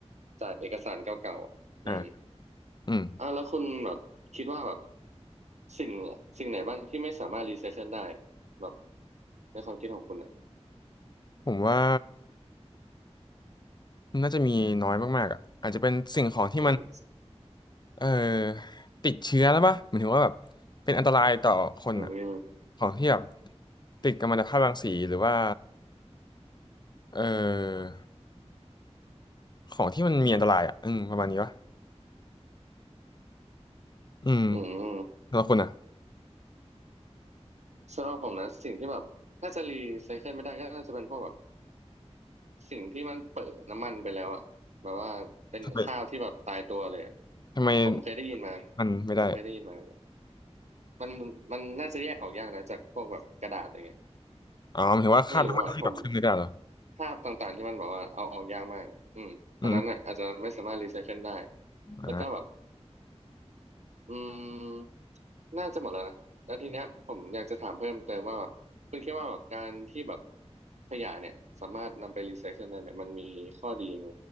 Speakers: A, on the right (about 85°); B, on the left (about 40°).
A: จากเอกสารเก่าๆอืม
B: อ่าอืม
A: อ่าแล้วคุณแบบคิดว่าแบบสิ่งสิ่งไหนบ้างที่ไม่สามารถรีไซเคิลได้แบบในความคิดของคุณอ่ะ
B: ผมว่าน่าจะมีน้อยมากๆอ่ะอาจจะเป็นสิ่งของที่มัน
A: อืม
B: เอ่อติดเชื้อแล้วปะหมายถึงว่าแบบเป็นอันตรายต่อคนอ่ะ
A: อืม
B: ของที่แบบติดกัมมันตภาพรังสีหรือว่าเอ่อของที่มันมีอันตรายอ่ะอืมประมาณนี้ปะอืม
A: อืม
B: แล้วคุณอ่ะ
A: สำหรับผมนะสิ่งที่แบบถ้าจะรีไซเคิลไม่ได้ก็น่าจะเป็นพวกแบบสิ่งที่มันเปิดน้ำมันไปแล้วอ่ะแบบว่าเป็นข้าวที่แบบตายตัวเลยอะ
B: ทำไมทำไม
A: ผมเคยได้ยินมา
B: มันไม่ได้
A: ผมเคยได้ยินมา มันมันน่าจะแยกออกยากนะจากพวกแบบกระดาษอะไรเงี้ย
B: อ๋อหมายถึงว่าคราบน้ำมันที่แบบขึ้นไม่ได้เหรอ
A: ไม่รู้อ่ะผมภาพต่างๆที่มันบอกว่าเอาออกยากมากอืมอันนั้นอ่ะอาจจะไม่สามารถรีไซเคิลได้
B: อืมอ่า
A: แล้วก็แบบอืมน่าจะหมดแล้วนะแล้วทีเนี้ยผมอยากจะถามเพิ่มเติมว่าแบบคุณคิดว่าแบบการที่แบบขยะเนี่ยสามารถนำไปรีไซเคิลได้เนี่ยมันมีข้อดียังไง